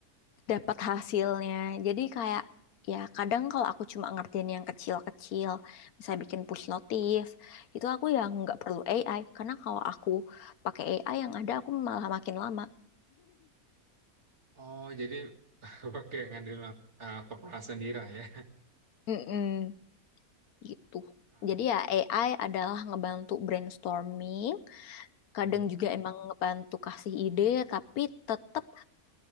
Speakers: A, on the left (about 85°); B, on the right (about 50°).
A: dapat hasilnya jadi kayak ya kadang kalau aku cuma ngertiin yang kecil-kecil misalnya bikin push notif itu aku yang nggak perlu AI karena kalau aku pakai AI yang ada aku malah makin lama
B: Oh, jadi <laughs> pakai ngandelin eh, kepala sendiri lah ya.
A: Mm-mm. gitu
B: Hmm.
A: jadi ya AI adalah ngebantu brainstorming Kadang
B: Mm-mm.
A: juga emang ngebantu kasih ide, tapi tetap